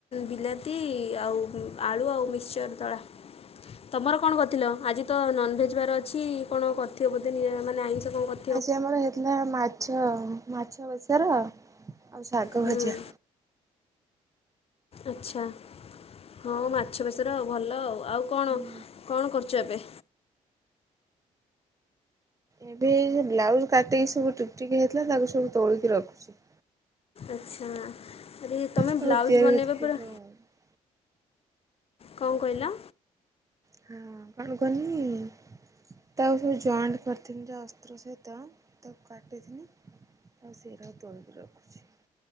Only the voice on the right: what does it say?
ଆଜି ଆମର ହେଇଥିଲା ମାଛ ମାଛ ବେସର ଆଉ ଶାଗ
ଭଜା
ହୁଁ
ଏବେ ସେବ୍ଲାଉଜ୍ କାଟିକି ସବୁ ଟିକ୍ ଟିକ୍ ହେଇଥିଲା ତାକୁ ସବୁ ତୋଳିକି ରଖୁଚି।
ତାକୁ
ତିଆରି
ହଁ
ହଁ କଣ କଅନି ତାକୁ ସବୁ ଜଏଣ୍ଟ କରିଥିଲି ସେ ଅସ୍ତ୍ର ସହିତ ତାକୁ କାଟିଥିନି ଆଉ ସେଇରାକୁ ତୋଳିକି ରଖୁଚି।